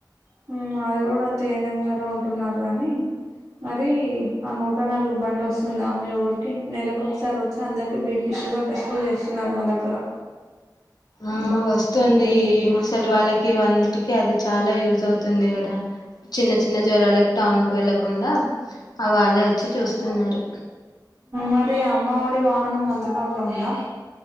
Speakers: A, on the right; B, on the left.
A: హ్మ్ అది గూడా అంతే ఏనే ర ఉంటున్నారు గానీ మరి ఆ నూట నాలుగు బండి వస్తుంది ఆ మీ ఊరికి నెలకు ఒకసారి వచ్చి అందరికి బీపీ షుగర్ టెస్ట్లు జేస్తున్నారు మా దగ్గర
B: ఆ
A: అబ్బా
B: వస్తుంది
A: ఎందుకైతే చెప్పేసి
B: ఈ ముసలి వాళ్ళకి ఇవన్నిటికి అది చాలా యుజ్ అవుతుంది కదా చిన్న చిన్న జ్వరాలకి టౌన్ వెళ్ళకుండా ఆ వాళ్ళే వచ్చి చూస్తున్నారు
A: మరి అమ్మఒడి వాహనం అందుబాటులో ఉందా